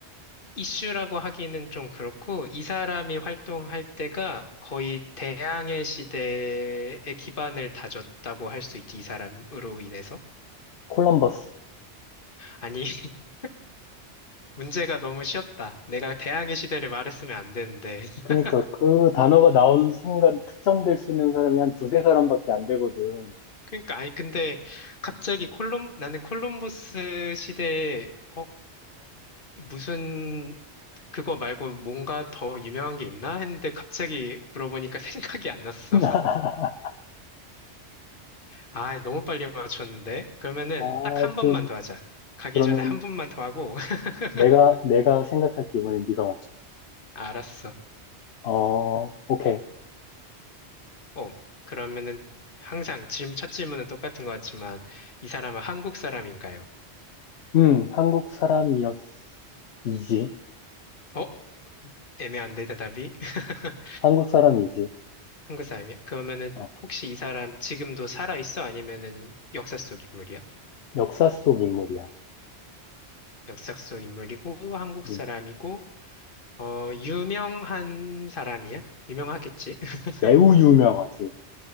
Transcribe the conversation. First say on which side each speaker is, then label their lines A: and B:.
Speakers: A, on the left; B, on the left.
A: 이슈라고 하기는 좀 그렇고, 이 사람이 활동할 때가 거의 대항해 시대의 기반을 다졌다고 할 수 있지, 이 사람으로 인해서.
B: 콜럼버스.
A: 아니, <laughs> 문제가 너무 쉬웠다. 내가 대항해 시대를 말했으면 안 되는데. <laughs>
B: 그러니까 그 단어가 나오는 순간 특정될 수 있는 사람이 한 두세 사람밖에 안 되거든.
A: 그러니까, 아니, 근데 갑자기 콜롬, 나는 콜럼버스 시대에, 어, 무슨, 그거 말고 뭔가 더 유명한 게 있나? 했는데 갑자기 물어보니까 <laughs> 생각이 안 났어.
B: <laughs>
A: 아, 너무 빨리 맞췄는데? 그러면은
B: 아,
A: 딱 한 번만
B: 좀,
A: 더 하자. 가기
B: 그러면
A: 전에 한 번만 더 하고. <laughs>
B: 내가, 내가 생각할게. 이번엔 네가 맞춰.
A: 알았어.
B: 어, 오케이.
A: 어, 그러면은 항상 질문, 첫 질문은 똑같은 것 같지만, 이 사람은 한국 사람인가요?
B: 음, 한국 사람이었이지.
A: 어? 애매한데, 대답이? <laughs>
B: 한국 사람이지.
A: 한국 사람이야? 그러면은
B: 어,
A: 혹시 이 사람 지금도 살아 있어? 아니면은 역사 속 인물이야?
B: 역사 속 인물이야.
A: 역사 속 인물이고, 한국 사람이고,
B: 음,
A: 어, 유명한 사람이야? 유명하겠지? <laughs>
B: 매우 유명하지.